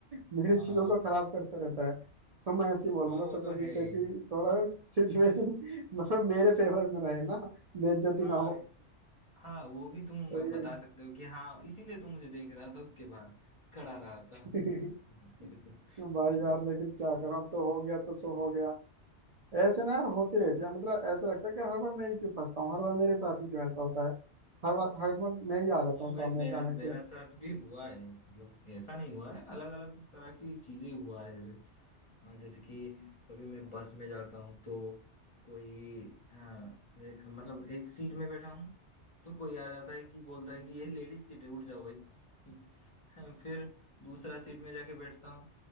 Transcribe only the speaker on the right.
मेरी
चीजों
को
खराब करता रहता है तो मैं ऐसे ही बोलूंगा
सबको
जिससे
कि थोड़ा <laughs> सिचुएशन मतलब मेरे फेवर में रहे ना बेइज्जती
ना
तो ये
<laughs>
भाई यार लेकिन क्या करूं अब तो हो गया तो सो हो गया ऐसे ना यार होती रहती है मतलब ऐसा लगता है कि हर बार मैं ही क्यों फंसता हूँ हर बार मेरे साथ ही क्यों ऐसा होता है हर बार हर बार मैं ही आ जाता
हूँ सामने
अचानक
से